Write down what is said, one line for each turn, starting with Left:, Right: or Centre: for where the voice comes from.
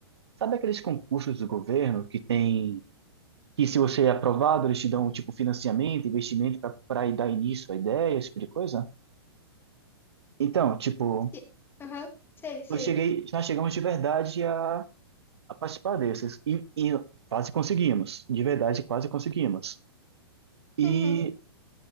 Right: sabe aqueles concursos do governo que tem que se você é aprovado, eles te dão, tipo, financiamento, investimento para dar início à ideia, esse tipo de coisa. Então, tipo,
Left: Sim. Aham, Sei, sei.
Right: eu cheguei, nós chegamos de verdade a, a participar desses. E, e quase conseguimos. De verdade, quase conseguimos. E
Left: Uhum.